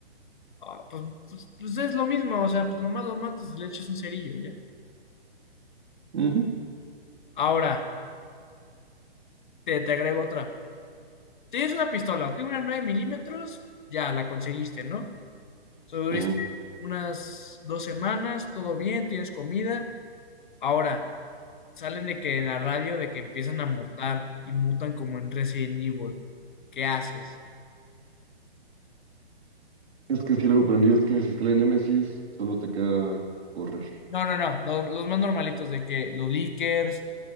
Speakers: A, on the left; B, on the right.
A: Ah, pues, pues, pues es lo mismo, o sea, pues nomás los matas y le echas un cerillo y ya.
B: ujú,
A: Ahora. te, te agrego otra. Tienes una pistola, ok, una 9 milímetros, ya la conseguiste, ¿no? So,
B: ajá.
A: unas dos semanas, todo bien, tienes comida. Ahora, salen de que en la radio de que empiezan a mutar y mutan como en Resident Evil. ¿Qué haces?
B: Es que si luego aprendí es que si sale Nemesis, solo te queda correr.
A: No, no, no, lo- los, más normalitos de que los leakers,